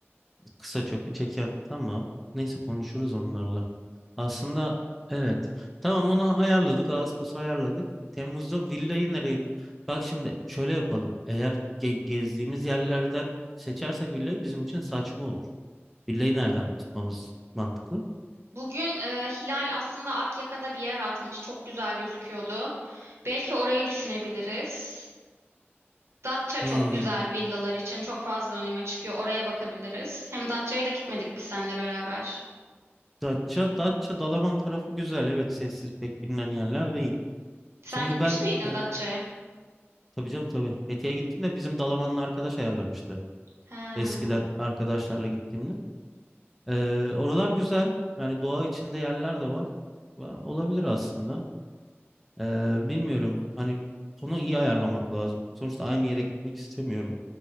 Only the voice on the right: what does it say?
Bugün e, Hilal aslında Akyaka'da bir yer atmış. Çok güzel gözüküyordu. Belki orayı düşünebiliriz. Datça
çok güzel villalar için çok fazla önüme çıkıyor. Oraya bakabiliriz. Hem Datça'ya da gitmedik biz seninle beraber.
Sen
gitmiş
miydin
Datça'ya?
He.